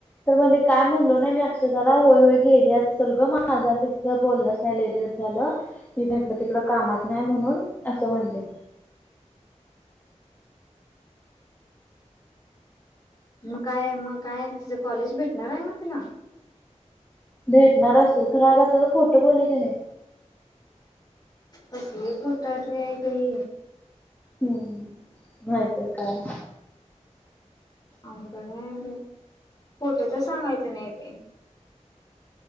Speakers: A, on the left (about 15°); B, on the left (about 35°).
A: तर म्हणे काय म्हणलो नाही, मी अक्षराला, होय होय गेली असेल ग माझा तिझ बोलणच नाही लय दिस झालं, मी इकडं तिकड कामात नाही म्हणून असं म्हणले
B: म काय म काय तिझं कॉलेज भेटणार आहे म तिला
A: भेटणार असेल तर आज आपल्याला खोट बोली की नाय.
B: कसली खोटाड्री आहे ग ही
A: हूं, न्हायतर काय
B: अवघड आहे बऐ खोटं तर सांगायचं नाय बय